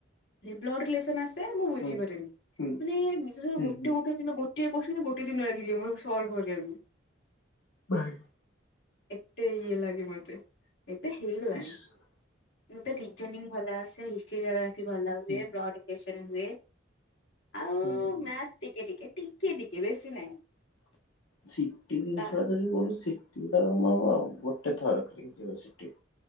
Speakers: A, on the left; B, on the left.
A: ବ୍ଲଡ଼୍ ରିଲେସନ୍ ଆସେ ସେତେ ମୁଁ ବୁଝିପାରେନି
B: ହୁଁ ହୁଁ
A: ମାନେ ନିଜ
B: ହୁଁ
A: ଗୋଟେ
B: ହୁଁ
A: ଗୋଟେ ଦିନ ଗୋଟେ ଗୋଟିଏ କୁସ୍ଚିନ୍ ଗୋଟିଏ ଦିନ୍ ଲାଗିି ଯିବ ସଲ୍ଭ୍ କରିବାକୁ।
B: ଭାଇ।
A: ଏତେ ଇଏ ଲାଗେ ମତେ। ଏବେ ହେଇଗଲାଣି
B: ଆଚ୍ଛା
A: ମତେ ରିଜନିଂ ଭଲ ଆସେ ହିଷ୍ଟ୍ରି ଜୋଗ୍ରାଫି ଭଲ ହୁଏ
B: ହୁଁ
A: ବ୍ଲଡ଼୍ ପ୍ରେସର ହୁଏ ଆଉ
B: ହୁଁଁ।
A: ନାଁ ଟିକେ ଟିକେ ଟିକେ ଟିକେ ବେଶୀ ନାହିଁ।
B: ସିଟି ଜିନିଷ।
A: ତା
B: ସେଟା ବି ମୋର ସିଟି ଟା ମୋର ଗୋଟେ ଥରକରେ ହେଇଯିବ ସିଟି।